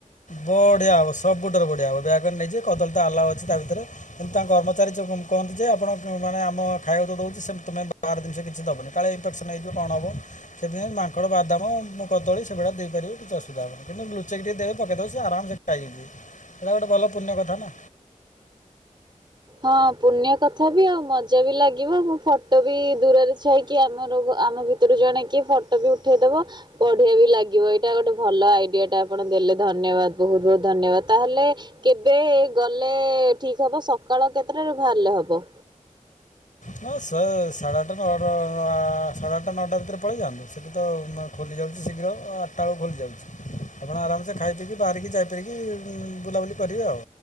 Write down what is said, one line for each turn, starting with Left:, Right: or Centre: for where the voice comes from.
Left: ବଢିଆ ହବ ସବୁଠାରୁ ବଢିଆ ହବ ବ୍ୟାଗରେ ନେଇଯିବେ କଦଳୀ ତ ଆଲାଉ ଅଛି ତା ଭିତରେ କିନ୍ତୁ ତାଙ୍କ କର୍ମଚାରୀ କହନ୍ତି ଯେ ଆପଣ ମାନେ ଆମ ଖାଇବାକୁ ତ ଦେଉଛୁ ସେ ତମେ ବାହର ଜିନିଷ କିଛି ଦେବନି କାଳେ ଇନଫେକ୍ସନ୍ ହେଇଯିବ କଣ ହେବ ସେଥିପାଇଁ ମାଙ୍କଡ଼ ବାଦାମ କଦଳ ସେଭଳିା ଦେଇପାରିବ କିଛି ଅସୁବିଧା ହେବନି କିନ୍ତୁ ଲୁଚେକ ଟିକେ ଦେବେ ପକେଇ ଦବ ସ ଆରାମସେ ଖାଇ ସେଇଟା ଗୋଟେ ଭଲ ପୁଣ୍ୟ କଥା ନା।
Right: ହଁ ପୁଣ୍ୟ କଥା ବି ଆଉ ମଜା ବି ଲାଗିବ ମୁଁ ଫଟୋ ବି ଦୂରରେ ଛାଇକି ଆମର ଆମ ଭିତରୁ ଜଣେ କିଏ ଫଟୋ ବି ଉଠେଇଦବ ବଢ଼ିଆ ବି ଲାଗିବ ଏଇଟା ଗୋଟେ ଭଲ ଆଇଡିଆ ଟା ଆପଣ ଦେଲେ ଧ ଧନ୍ୟବାଦ ବହୁତ ବହୁତ ଧନ୍ୟବାଦ ତାହେଲେ କେବେ ଗଲେ ଠିକ ହବ ସକ୍ ସକାଳ କେତେଟାରୁ ବାହାରିଲେ ହବ?
Left: ନା ଶ ସାଢ଼େ ଆଠଟା ନଅଟା ସାଢ଼େ ଆଠଟା ନଅଟା ଭିତରେ ପଳେଇଯାଆନ୍ତୁ। ସେଇଠି ତ ଖୋଲିଯାଉ ଶୀଘ୍ର ଆଠଟା ବେଳୁ ଖୋଲି ଯାଉଛି। ଆପଣ ଆରାମସେ ଖାଇ ପିକି ବାହାରିକି ଯାଇପାରିକି ବୁଲାବୁଲି କରିବେ ଆଉ